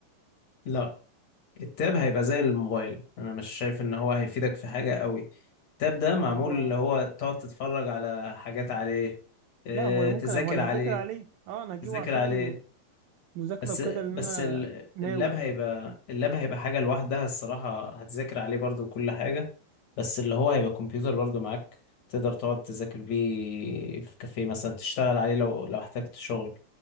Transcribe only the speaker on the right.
هو
لا هو أنا ممكن
هو انا
هذاكر عليه اه انا هجيبه
عشان
مذاكرة
وكده لان
انا
ناوي